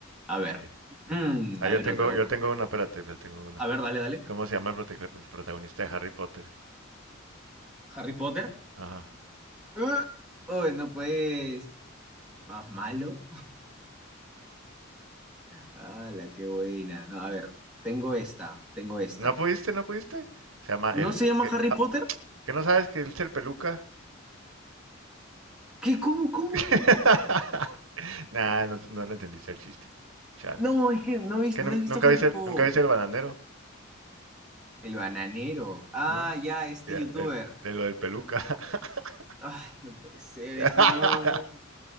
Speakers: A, in the centre; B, on the right.
A: A ver,
B: ok.
A: mm,
B: Ah,
A: a
B: yo
A: ver,
B: tengo,
A: otra, otra.
B: yo tengo una, espérate, yo tengo una.
A: A ver, dale, dale.
B: ¿Cómo se llama el, protago- el protagonista de Harry Potter?
A: Harry Potter.
B: Ajá.
A: ¡Ugh! Uy, no pues, más malo. la qué buena! No, a ver, tengo esta, tengo esta.
B: ¿No pudiste? ¿No pudiste? Se llama
A: ¿No
B: el...
A: se llama
B: ¿Qué,
A: Harry
B: ah,
A: Potter?
B: ¿qué no sabes que él es el peluca?
A: ¿Qué? ¿Cómo? ¿Cómo?
B: <laughs> Nah, no, no le entendiste el chiste. Chale.
A: No, es que no he visto,
B: ¿Que nun-
A: no he visto
B: nunca,
A: Harry
B: viste
A: Potter.
B: el, nunca viste el bananero?
A: El bananero. Ah,
B: ¿No?
A: ya, este
B: Ya,
A: youtuber.
B: el- de lo del peluca. <laughs>
A: Ay, no puede ser,
B: Ya.
A: es que no, no.